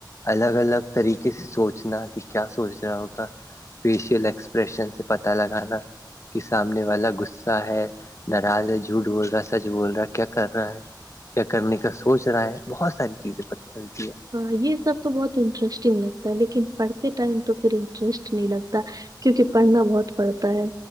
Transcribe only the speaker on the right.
ہاں یہ سب تو بہت انٹرسٹنگ لگتا ہے لیکن پڑھتے ٹائم تو پھر انٹرسٹ نہیں لگتا کیونکہ پڑھنا بہت پڑتا ہے